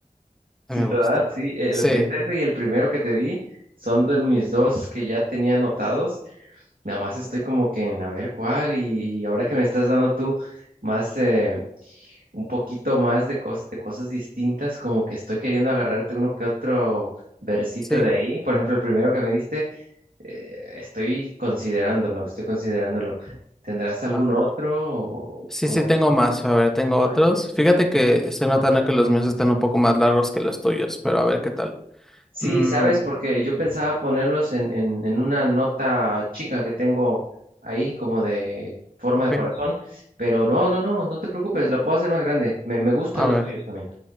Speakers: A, on the right (about 80°); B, in the centre.
A: Sí,
B: Me gusta.
A: ¿verdad? Sí, eh,
B: Sí,
A: lo que es ese y el primero que te di son de mis dos que ya tenía anotados. Nada más estoy como que en a ver cuál y, y ahora que me estás dando tú más, eh, un poquito más de, cos- de cosas distintas, como que estoy queriendo agarrarte uno que otro versito
B: sí.
A: de ahí. Por ejemplo, el primero que me diste. Eh, estoy considerándolo, estoy considerándolo. ¿Tendrás algún
B: A ver.
A: otro? o
B: Sí,
A: cómo?
B: sí, tengo
A: ven?
B: más. A ver, tengo
A: Ay,
B: otros. Fíjate que estoy notando
A: ajá.
B: que los míos están un poco más largos que los tuyos, pero a ver qué tal.
A: Sí,
B: Mm,
A: sabes, porque yo pensaba ponerlos en, en, en una nota chica que tengo ahí, como de forma
B: ok,
A: de corazón, pero no, no, no, no te preocupes, lo puedo hacer más grande. Me, me gustan
B: a
A: los
B: ver,
A: tuyos también.